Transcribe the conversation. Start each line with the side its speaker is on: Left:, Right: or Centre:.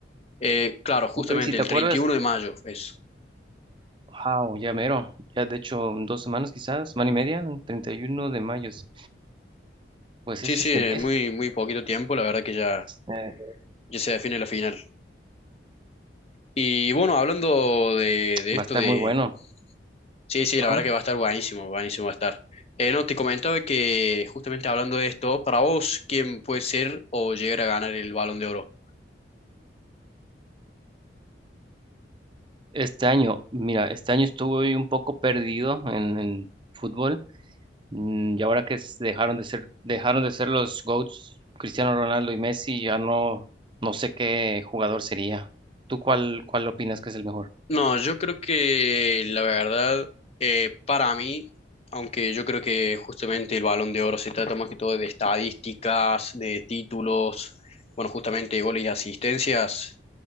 Left: eh, claro, justamente
Right: ok, si te
Left: el
Right: acuerdas...
Left: treinta y uno de mayo es.
Right: Wow, ya mero. Ya de hecho en dos semanas quizás, semana y media, el 31 de mayo. sí. Pues
Left: Sí,
Right: es
Left: sí,
Right: este
Left: en
Right: mes,
Left: muy, muy poquito tiempo, la verdad que ya,
Right: eh,
Left: ya se define la final. Y bueno, hablando de, de esto
Right: va a estar
Left: de...
Right: muy bueno.
Left: Sí, sí, la
Right: Ajá.
Left: verdad que va a estar buenísimo, buenísimo va a estar. Eh, no, te comentaba que justamente hablando de esto, para vos, ¿quién puede ser o llegar a ganar el Balón de Oro?
Right: Este año, mira, este año estuve un poco perdido en, en fútbol mm, y ahora que s- dejaron de ser, dejaron de ser los GOATs, Cristiano Ronaldo y Messi, ya no, no sé qué jugador sería. ¿Tú cuál, cuál opinas que es el mejor?
Left: No, yo creo que la verdad, eh, para mí, aunque yo creo que justamente el Balón de Oro se trata más que todo de estadísticas, de títulos, bueno, justamente goles y asistencias.